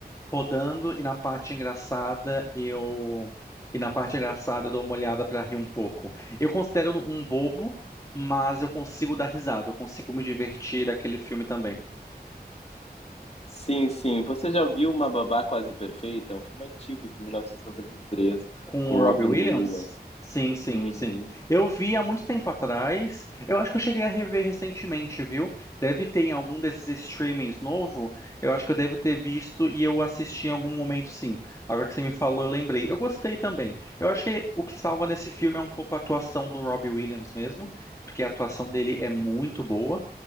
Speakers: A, on the left (about 20°); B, on the left (about 40°).
A: rodando e na parte engraçada eu e na parte engraçada eu dou uma olhada pra rir um pouco. Eu considero um bobo, mas eu consigo dar risada, eu consigo me divertir daquele filme também.
B: Sim, sim. Você já viu Uma Babá Quase Perfeita? É um filme antigo, de 1993,
A: Com
B: com
A: o
B: Robin
A: Robbie Williams?
B: Williams.
A: Sim, sim,
B: Uhum.
A: sim. Eu vi há muito tempo atrás. Eu acho que eu cheguei a rever recentemente, viu? Deve ter em algum desses streamings novo. Eu acho que eu devo ter visto e eu assisti em algum momento, sim. Agora que você me falou, eu lembrei. Eu gostei também. Eu acho que o que salva nesse filme é um pouco a atuação do Robbie Williams mesmo, porque a atuação dele é muito boa.